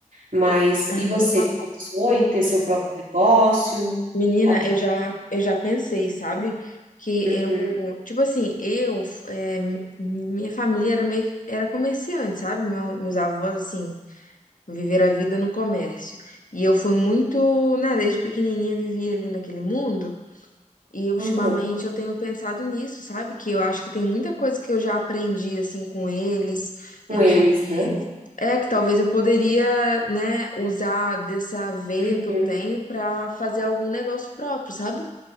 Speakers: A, on the right; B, on the left.
A: Mas,
B: Aham.
A: e você, já pensou em ter seu próprio negócio?
B: Menina,
A: Abrir...
B: eu já, eu já pensei, sabe? Que
A: Uhum,
B: eu, tipo assim, eu, é, minha família era meio, que- era comerciante, sabe? Meu- meus avós, assim, viveram a vida no comércio. E eu fui muito, né, desde pequenininha vivia ali naquele mundo. E ultimamente
A: uhum.
B: eu tenho pensado nisso, sabe? Que eu acho que tem muita coisa que eu já aprendi, assim, com eles.
A: Com
B: E
A: eles,
B: que,
A: né?
B: é, que talvez eu poderia, né, usar dessa veia
A: Uhum.
B: que eu tenho pra fazer algum negócio próprio, sabe?